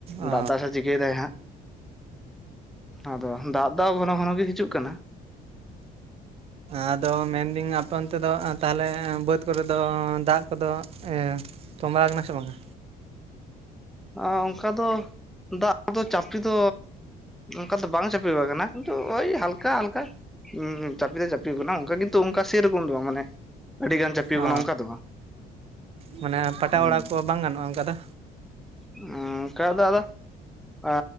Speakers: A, on the right; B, in the centre.
A: ᱚ
B: ᱫᱟᱜ ᱫᱟᱜ ᱪᱤᱠᱟᱹᱭ ᱫᱟᱭ ᱦᱟᱸᱜ ᱟᱫᱚ ᱫᱟᱜ ᱫᱟᱜ ᱜᱷᱚᱱᱚ ᱜᱷᱚᱱᱚ ᱜᱮ ᱦᱤᱡᱩᱜ ᱠᱟᱱᱟ
A: ᱟᱫᱚ ᱢᱮᱱᱫᱟᱹᱧ ᱟᱯᱮ ᱚᱱᱛᱮ ᱫᱚ ᱛᱟᱦᱚᱞᱮ ᱵᱟᱹᱫ ᱠᱚᱨᱮ ᱫᱚ ᱫᱟᱜ ᱠᱚᱫᱚ ᱛᱚᱸᱵᱟ ᱵᱟᱲᱟ ᱟᱠᱟᱱᱟ ᱥᱮ ᱵᱟᱝᱟ
B: ᱟᱨ ᱚᱱᱠᱟ ᱫᱚ ᱫᱟᱜ ᱫᱚ ᱪᱟᱯᱮ ᱫᱚ ᱚᱱᱠᱟ ᱫᱚ ᱵᱟᱝ ᱪᱟᱯᱮ ᱟᱠᱟᱱᱟ ᱠᱤᱱᱛᱩ ᱳᱭ ᱦᱟᱞᱠᱟ ᱦᱟᱞᱠᱟ ᱦᱩᱸ ᱪᱟᱯᱮ ᱫᱚ ᱪᱟᱯᱮ ᱠᱟᱱᱟ ᱚᱱᱠᱟ ᱠᱤᱱᱛᱩ ᱚᱱᱠᱟ ᱥᱮᱨᱚᱠᱚᱢ ᱫᱚ ᱵᱟᱝ ᱢᱟᱱᱮ ᱟᱹᱰᱤ ᱜᱟᱱ ᱪᱟᱯᱤᱣ
A: ᱚ
B: ᱟᱠᱟᱱᱟ ᱚᱱᱠᱟ ᱫᱚ ᱵᱟᱝ
A: ᱢᱟᱱᱮ ᱯᱟᱴᱟ
B: ᱦᱩᱸ
A: ᱚᱲᱟᱣ ᱠᱚ ᱵᱟᱝ ᱜᱟᱱᱚᱜᱼᱟ ᱚᱱᱠᱟ ᱫᱟ
B: ᱚᱸᱻ ᱱᱚᱝᱠᱟ ᱫᱚ ᱟᱫᱚ ᱟ